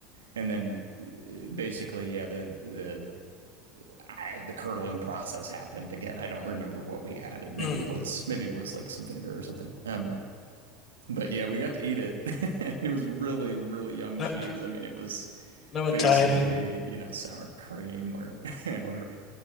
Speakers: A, on the right; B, on the left.
A: and then uh, basically yeah, the the I, the curdling process happened again. I don't remember what we added.
B: Yeah.
A: Maybe
B: Mm.
A: it was maybe it was like some vinegar or something. Um, but yeah, we got to eat it. <laughs> And it was really, really young
B: No,
A: cheese. I mean, it was
B: no one
A: basically,
B: died.
A: you know, sour cream or <laughs> whatever.